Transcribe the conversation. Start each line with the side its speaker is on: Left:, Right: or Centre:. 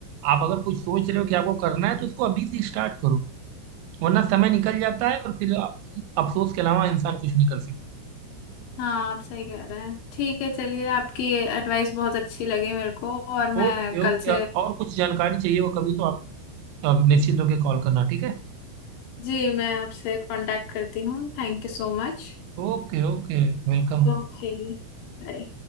Right: आप अगर कुछ सोच रहे हो कि आपको करना है तो उसको अभी से स्टार्ट करो वरना समय निकल जाता है और फिर आप- अफसोस के अलावा इंसान कुछ नहीं कर सकता
Left: हाँ आप सही कह रहे हैं ठीक है चलिए आपकी एडवाइस बहुत अच्छी लगी मेरे को और
Right: ओके
Left: मैं
Right: ओके
Left: कल से
Right: और कुछ जानकारी चाहिए हो कभी तो आप अ, निश्चिंत होकर कॉल करना ठीक है
Left: जी मैं आपसे कांटेक्ट करती हूँ thank you so much
Right: Okay okay welcome
Left: Okay Bye